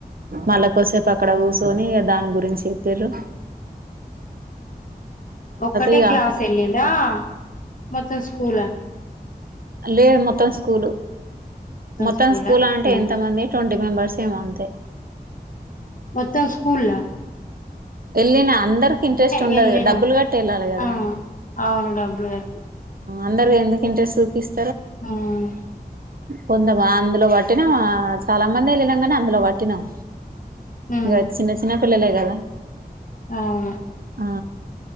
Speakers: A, on the right (about 60°); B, on the left (about 55°).
A: మళ్ళ కొసేపు అక్కడ కుసోనీ దాని గురించి చెప్పిరు
B: ఒక్కటే
A: ఇగ
B: క్లాస్ వెళ్ళిందా మొత్తం స్కూల్ అ?
A: లేదు మొత్తం స్కూల్ మొత్తం
B: స్కూలా
A: స్కూల్ అంటే
B: ఉమ్.
A: ఎంతమంది ట్వంటీ మెంబెర్స్ ఏమో అంతే
B: మొత్తం స్కూల్ అ?
A: వెళ్ళిన అందరికి ఇంట్రెస్ట్ ఉండదు
B: వెళ్ళిన
A: డబ్బులు కట్టి వెళ్ళాలి కదా
B: ఆ అవును డబ్బులు కట్టి
A: అందరు ఎందుకు ఇంట్రెస్ట్ చూపిస్త
B: మ్మ్
A: కొంత అందులో పట్టినాము చాలా మంది వెళ్ళినాం కానీ అందులో పట్టినాం
B: హ్మ్
A: ఇగ చిన్న చిన్న పిల్లలే కదా
B: అవును
A: ఆ